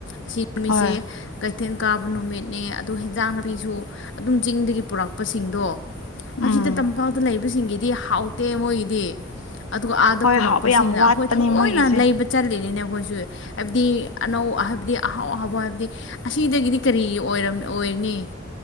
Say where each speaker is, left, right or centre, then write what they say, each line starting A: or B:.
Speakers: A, on the left; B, on the left.
A: ꯑꯁꯤ ꯅꯨꯃꯤꯠꯁꯦ
B: ꯍꯣꯏ
A: ꯀꯩꯊꯦꯜ ꯀꯥꯕ ꯅꯨꯃꯤꯠꯅꯦ ꯑꯗꯨ ꯍꯦꯟꯖꯥꯡ ꯅꯥꯄꯤꯁꯨ ꯑꯗꯨꯝ ꯆꯤꯡꯗꯒꯤ ꯄꯨꯔꯛꯄꯁꯤꯡꯗꯣ
B: ꯎꯝ
A: ꯍꯪꯁꯤꯗ ꯇꯝꯄꯥꯛꯇ ꯂꯩꯕꯁꯤꯡꯒꯤꯗꯤ ꯍꯥꯎꯇꯦ ꯃꯣꯏꯒꯤꯗꯤ ꯑꯗꯨꯒ ꯑꯥꯗ
B: ꯍꯣꯏ
A: ꯄꯨꯔꯛꯄꯁꯤꯡꯅ
B: ꯍꯥꯎꯕ ꯌꯥꯝ ꯋꯥꯠꯄꯅꯦ
A: ꯑꯩꯈꯣꯏ ꯊꯑꯣꯏꯅ
B: ꯃꯣꯏꯒꯤꯁꯦ
A: ꯂꯩꯕ ꯆꯠꯂꯤꯅꯤꯅꯦ ꯑꯩꯈꯣꯏꯁꯨ ꯍꯥꯏꯕꯗꯤ ꯑꯅꯧ ꯍꯥꯏꯕꯗꯤ ꯑꯍꯥꯎ ꯑꯍꯥꯎ ꯍꯥꯏꯕꯗꯤ ꯑꯁꯤꯗꯒꯤꯗꯤ ꯀꯔꯤ ꯑꯣꯏꯝ ꯑꯣꯏꯔꯅꯤ